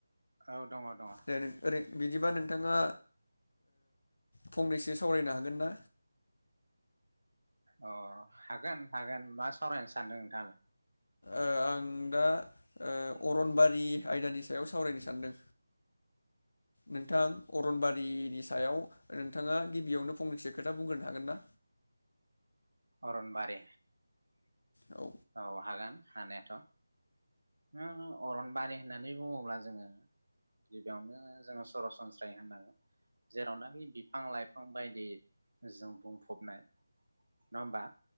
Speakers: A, on the right; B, on the left.
A: औ दङ दङ।
B: दे ओरै बिदिबा नोंथाङा फंनैसो सावरायनो हागोनना।
A: अ हागोन हागोन मा सावरायनो सानदों नोंथाङालाय।
B: आं दा अरनबारि आयदानि सायाव सावरायनो सानदों नोंथां अरनबारिनि सायाव नोंथाङा गिबियावनो फंनैसो खोथा बुंग्रोनो हागोना।
A: अरन बारि
B: औ
A: औ हागोन हानायाथ' ओङ अरनबारि होननानै बुंङोब्ला जोंङो गिबियावनो जोंङो सरासनस्रायै होननांगोन जेरावनाखि बिफां लाइफां बायदि जों बुंफबनाय नंङा होमबा